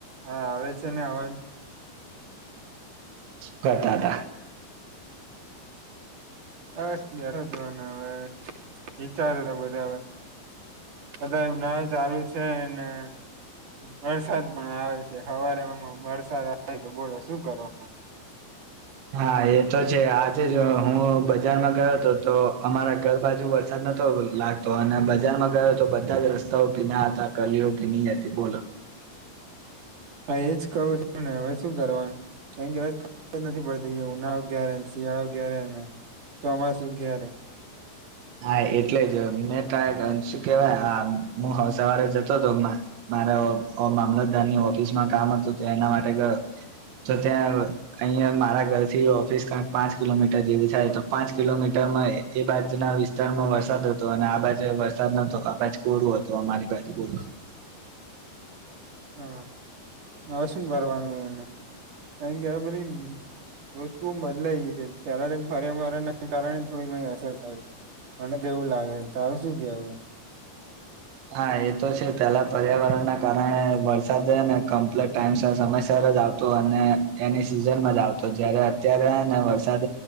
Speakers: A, on the right; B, on the right.
A: હા આવે છે છેને અવાજ
B: શું કરતા હતા
A: બસ બેઠો જોને હવે વિચાર ત બધા બધા એ નાવ ચાલુ છે ને વરસાદ પણ આવે છે હવારે વરસાદ આવે તો બોલો શું કરો
B: હા એ તો છે આજ હું બજારમાં ગયો હતો તો અમારા ઘર બાજુ વરસાદ નતો લાગતો અને બજારમાં ગયો તો વરસાદ રસ્તા ભીના હતા, ગલીઓ ભીની હતી. બોલો
A: હા એજ કહું છું ને હવે શું કરવાનું હ ખબર નથી પડતી કે ઉનાળો ક્યારે શિયાળો ક્યારે ચોમાસું ક્યારે
B: હા એટલે જ મેં ક શું કેવાય હું સવારે જતો હતો મારા મામલતદારની ઓફિસમાં કામ હતું એના માટે ગયો તો ત્યાં અહિયાં મારા ઘરથી ઓફિસ ક્યાંક પાંચ કિલોમીટર જેવી થાય તો પાંચ કિલોમીટરમાં એ બાજુ ના વિ વિસ્તારમાં વરસાદ હતો અને આ બાજુ વરસાદ નતો આ બાજ કોરું હતું અમારી બાજુ બોલો
A: હા હવે શું કરવાનું એને એ કે બધી ઋતુ બદલાઈ ગઈ છે પેલા પર્યાવરણને કારણે થોડી ઘણી અસર થાય છે મને તો એવું લાગે છે તારું શું કેવું
B: હા એ તો છે પેલા પર્યાવરણના કારણે વરસાદને કમ્પ્લટ ટાઈમ સમયસર જ આવતો અને એની સિઝનમાં જ આવતો જયારે અત્યારેને વરસાદ